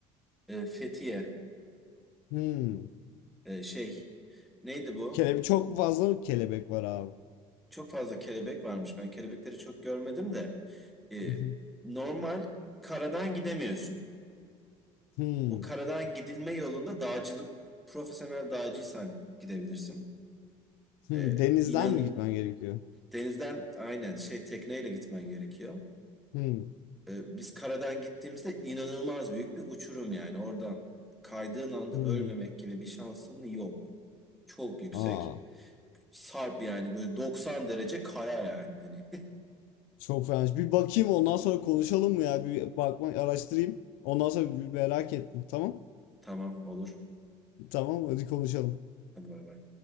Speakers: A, in the centre; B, on the left.
A: E, Fethiye.
B: Hmm.
A: E, şey neydi bu?
B: Kelebi çok fazla mı kelebek var abi.
A: Çok fazla kelebek varmış. Ben kelebekleri çok görmedim de. E,
B: Hı hı.
A: normal karadan gidemiyorsun.
B: Hmm.
A: O karadan gidilme yolunda dağcılık, profesyonel dağcıysan gidebilirsin.
B: Hmm.
A: E,
B: Denizden
A: inan
B: mi gitmen gerekiyor?
A: denizden aynen şey tekneyle gitmen gerekiyor.
B: Hmm.
A: E, biz karadan gittiğimizde inanılmaz büyük bir uçurum yani. Oradan kaydığın anda
B: Hmm.
A: ölmemek gibi bir şansın yok. Çok yüksek.
B: Aa,
A: Sarp yani böyle 90 derece kaya yani. Hani <laughs>
B: çok fena. Bir bakayım ondan sonra konuşalım mı ya? Bir bakma araştırayım. Ondan sonra bir merak ettim. Tamam.
A: tamam olur.
B: Tamam hadi konuşalım.
A: Hadi bay bay.